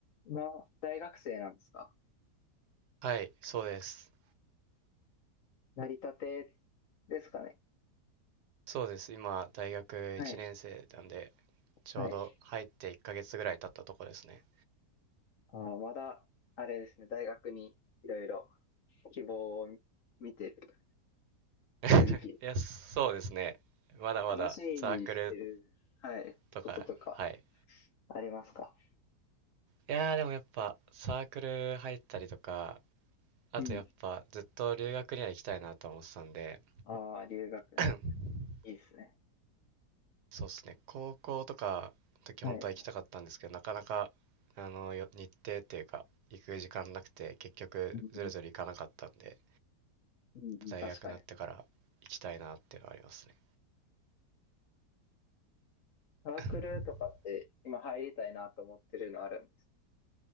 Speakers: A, on the left; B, on the right.
A: 今、大学生なんですか
B: はい、そうです。
A: なりたてですかね。
B: そうです。今、大学1年生なんで、
A: はい。
B: ちょうど入って1ヶ月ぐらい経ったとこですね。
A: はい。あー、まだ、あれですね、大学にいろいろ希望を見てる
B: <laughs>
A: 時期。
B: いや、そうですね。まだまだサークル
A: 楽しみにしてる、はい、
B: とか、
A: こととか
B: はい。
A: ありますか
B: いやー、でもやっぱサークル入ったりとか、あとやっぱずっと留学には行きたいなとは思ってたんで、
A: うん。ああ、留学ね。
B: <clears throat>
A: いいですね。
B: そうっすね。高校とかの時本当は行きたかったんですけど、
A: はい。
B: なかなか、あの、よ日程っていうか、行く時間なくて、結局ずるずる行かなかったんで、
A: うん、うん、
B: 大学になってから行きたいなっていうのはありますね。
A: 確かに。サークルとかって今入りたいなと思ってるのあるんです。
B: <laughs>